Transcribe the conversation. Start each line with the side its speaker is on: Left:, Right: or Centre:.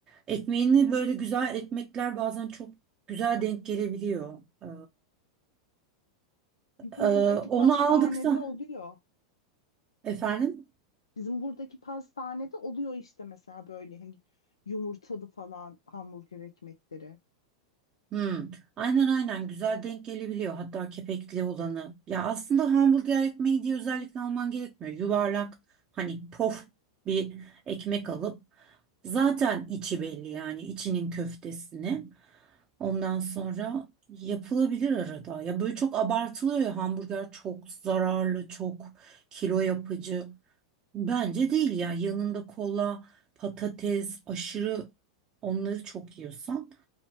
Right: Ekmeğini böyle güzel ekmekler bazen çok güzel denk gelebiliyor. Ee,
Left: Bizim
Right: e,
Left: buradaki
Right: onu
Left: pastanede
Right: aldıktan
Left: oluyor.
Right: efendim.
Left: Bizim buradaki pastanede oluyor işte mesela böyle hani yumurtalı falan hamburger ekmekleri.
Right: Hmm, aynen aynen güzel denk gelebiliyor hatta kepekli olanı. Ya aslında hamburger ekmeği diye özellikle alman gerekmiyor. Yuvarlak hani pof bir ekmek alıp Zaten içi belli yani içinin köftesini. Ondan sonra yapılabilir arada. Ya böyle çok abartılıyor ya hamburger çok zararlı, çok kilo yapıcı. Bence değil ya. Yanında kola, patates, aşırı onları çok yiyorsan